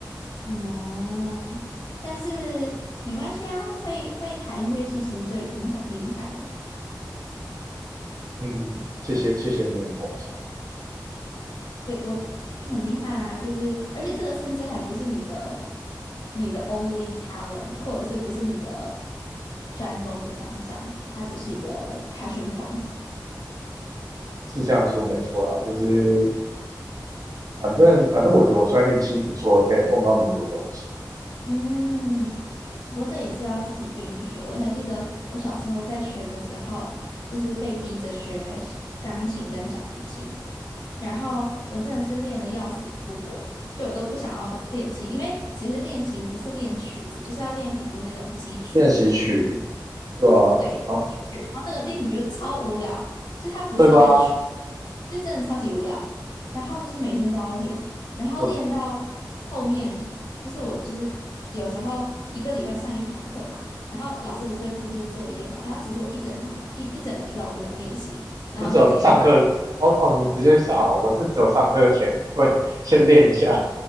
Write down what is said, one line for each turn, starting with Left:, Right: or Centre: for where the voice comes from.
Left: 哦，但是没关系啊，会会弹乐器其实就已经很厉害了。
Right: 嗯，谢谢谢谢你们捧场，
Left: 觉我觉得这个很厉害啊，就是而且这个甚至还不是你的你的 only talent，或者是不是你的专攻的方向，它只是一个 passion point。
Right: 是这样说没错啦，就是反正反正我觉得我算运气不错，可以碰到那么多东西，
Left: 嗯，不过这也是要自己愿意学。我还记得我小时候在学的时候，就是被逼着学小钢琴跟小提琴，然后我真的是练的要死不活，就我都不想要练琴，因为其实练琴不是练曲子，就是要练很多那种基础
Right: 练习曲，对啊，
Left: 对，
Right: 好，
Left: 练习曲，然后那个练习觉得超无聊，就它不是一个曲，
Right: 对吧？
Left: 就真的超级无聊。然后就是每天都要练，然后练到
Right: 我
Left: 后面，就是我就是有时候一个礼拜上一堂课嘛，然后老师不是会布置作业嘛，然后其实我一整堂一一整个礼拜我都没有练习，然后就直接去。
Right: 是只有上课哦哦，你直接上哦，我是只有上课前会先练一下